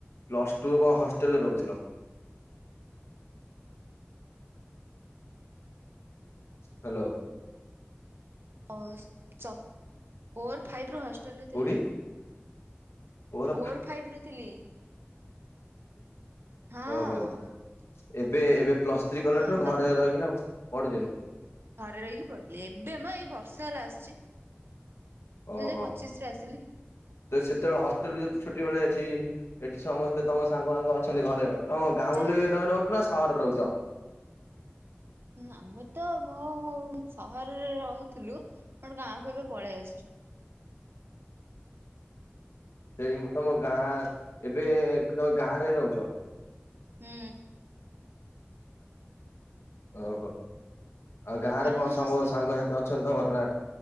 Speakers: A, on the left; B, on the right.
A: ପ୍ଲସଟୁ କଣ ହଷ୍ଟେଲରେ ରହୁଥିଲ? ହ୍ୟାଲୋ।
B: ଅସ- ସ ଫୋର୍ ଫାଇପରୁ ହଷ୍ଟେଲରେ
A: କୋଉଠି
B: ଥିଲି
A: ମୋର
B: ଫୋର୍ ଫାଇଭ ରୁ ଥିଲି। ହଁ
A: <inaudible> ଓ ହୋ। ଏବେ ଏବେ ପ୍ଲସ ଥ୍ରୀ କଲାଠୁ
B: ଆମେ
A: ଘରେ
B: ବା
A: ରହିକିନା ପଢୁଛନ୍ତି।
B: ଘରେ ରହିକି ପଡିଲି ଏବେ ମଏଇ ବର୍ଷା ହେଲା ଆସିଛି।
A: ଓହୋ
B: ଦୁଇ ହଜାର ପଚିଶ ରେ ଆସିଲି।
A: ତ ସେତେବେଳେ ହଷ୍ଟେଲ ଯଦି ଛୁଟି ମିଳେ ଏଠି ଏଠି ସମସ୍ତେ ତମ ସାଙ୍ଗ ମାଙ୍ଗ ଅଛନ୍ତି ଘରେ ହଁ ଗାଉଁଲିରେ
B: ଯେ
A: ରହ ନହୁଉଛ ନା ସହରରେ ରହୁଛ?
B: ଆମେ ତ ମୋ ସହରରେ ରହୁଥିଲୁ ଗାଁକୁ ଏବେ ପଳେଇ ଆସିଛୁ।
A: ସେଇ ତମ ଗାଁ ଏବେ ତମେ ଗାଁ ରେ ରହୁଛ?
B: ହୁଁ।
A: ଓହୋ ଆଉ ଗାଁରେ
B: କାରଣ
A: କଣ ସବୁ
B: ହଷ୍ଟେଲ
A: ସାଙ୍ଗ ସାଥି ଅଛନ୍ତି ତ ମର ନା?